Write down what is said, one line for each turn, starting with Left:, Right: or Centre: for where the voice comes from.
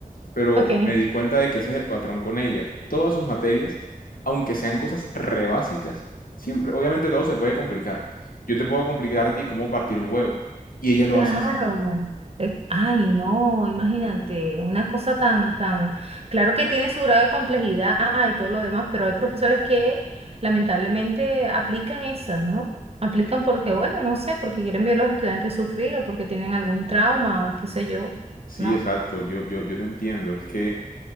Left: pero
Right: Ok.
Left: me di cuenta de que ese es el patrón con ella. Todas sus materias, aunque sean cosas re básicas, siempre, obviamente todo se puede complicar. Yo te puedo complicar a ti cómo partir un huevo, y ella lo
Right: Claro.
Left: hace así.
Right: Es- Ay, no, imagínate, una cosa tan, tan, claro que tiene su grado de complejidad y todo lo demás, pero hay profesores que lamentablemente aplican esas, ¿no? Aplican porque, bueno, no sé, porque quieren ver a los estudiantes sufrir o porque tienen algún trauma, qué sé yo,
Left: Sí,
Right: ¿no?
Left: exacto, yo, yo, yo te entiendo, es que